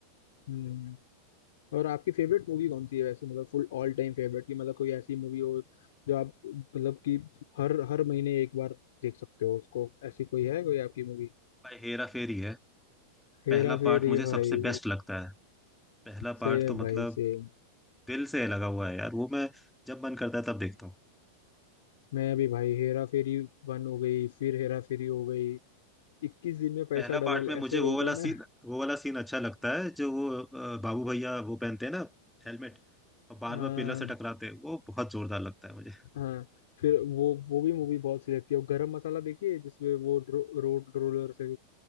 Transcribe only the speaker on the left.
हम्म और आपकी फेवरेट मूवी कौन सी है वैसे मतलब फुल ऑल टाइम फेवरेट की मतलब कोई ऐसी मूवी हो जो आप मतलब कि हर हर महीने एक बार देख सकते हो उसको ऐसी कोई है कोई आपकी मूवी
हेरा
फेरी
भाई
सेम
भाई सेम
मैं भी भाई हेरा फेरी वन हो गई फिर हेरा फेरी हो गई इक्कीस दिन में पैसा
डबल
ऐसे
बोलते
हैं ना
हाँ
हाँ फिर वो वो भी मूवी बहुत सी लगती है और गरम मसाला देखिए जिसमें वो ड्रो, रोड रोलर से